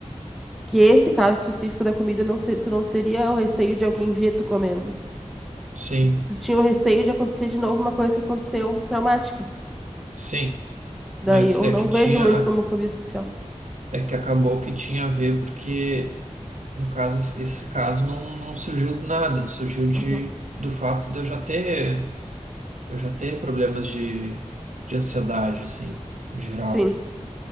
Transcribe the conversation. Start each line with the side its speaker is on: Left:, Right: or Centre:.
Centre: que esse caso específico da comida não se, tu não teria o receio de alguém ver tu comendo.
Right: Sim,
Centre: tu tinha o receio de acontecer de novo uma coisa que aconteceu traumática.
Right: sim.
Centre: Daí
Right: Mas
Centre: eu
Right: é
Centre: não
Right: que tinha
Centre: vejo muito como fobia social.
Right: É que acabou que tinha a ver porque, no caso, esse esse caso não, não surgiu do nada, surgiu de,
Centre: Uhum.
Right: do fato de eu já ter, eu já ter problemas de, de ansiedade, assim, em geral.
Centre: Sim.